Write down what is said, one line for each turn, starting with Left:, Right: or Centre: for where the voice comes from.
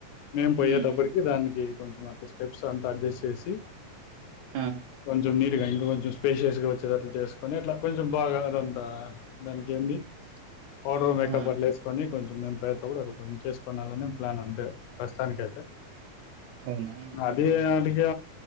Left: మేం పోయేటప్పటికి
Right: ఉమ్.
Left: దానికి కొంచెం అట్ల స్టెప్స్ తు అంతా అడ్జస్ట్ చేసి
Right: ఆ,
Left: కొంచం నీర్ ఇంక కొంచెం స్పేషియస్ గా వచ్చేది అట్లా చేసుకొని అట్లా కొంచెం బాగా అదంతా దానికి ఏంది పౌడర్ మేకప్
Right: ఆ.
Left: అట్ల వేసుకొని కొంచెం మేము పప్రయత్నం కూడా అ కొంచెం చేసుకోనాలని ప్లాన్ అంతే ప్రస్తుతానికైతే
Right: అవునా ఆహాహాహా.
Left: నావి <unintelligible>